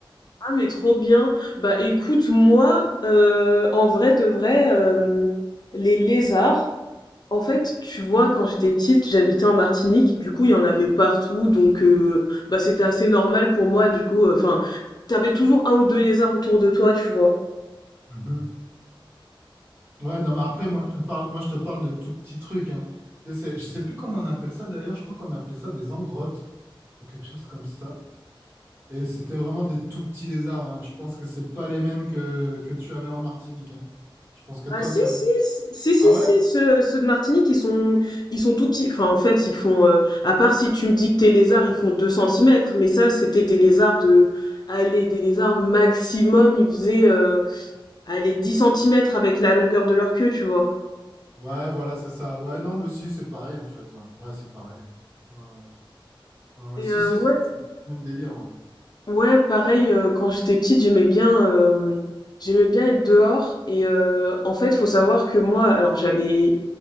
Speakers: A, on the left (about 50°); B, on the right (about 25°).
A: Ah mais trop bien. Bah écoute, moi, euh, en vrai de vrai, euh, les lézards, en fait, tu vois, quand j'étais petite, j'habitais en Martinique, du coup, il y en avait partout, donc euh, bah c'était assez normal pour moi, du coup, enfin, t'avais toujours un ou deux lézards autour de toi, tu vois.
B: Mhm. Ouais, non, mais après, moi, je te parle, moi, je te parle de tout petits trucs, hein. Tu sais, c'est- Je sais plus comment on appelle ça d'ailleurs, je crois qu'on appelait ça des engrottes ou quelque chose comme ça. Et c'était vraiment des tout petits lézards, hein. Je pense que c'est pas les mêmes que, que tu avais en Martinique, hein. Je pense que toi,
A: Ah si
B: t'avais.
A: si si si si
B: Ah ouais?
A: si, ceux, ceux de Martinique ils sont ils sont tout petits enfin en fait ils font euh, à part si tu me dis que tes lézards ils font 2 centimètres mais ça c'était des lézards de allez des lézards maximum ils faisaient euh, allez 10 centimètres avec la longueur de leur queue tu vois
B: Ouais, voilà, c'est ça. Ouais, non, mais si, c'est pareil, en fait. Ouais, ouais c'est pareil. Ouais. Ouais, ouais. Ouais, ouais.
A: et
B: Si,
A: euh,
B: si,
A: ouais
B: c'est le même délire. Ouais.
A: ouais pareil euh, quand j'étais petite j'aimais bien euh, j'aimais bien être dehors et euh, en fait faut savoir que moi alors j'avais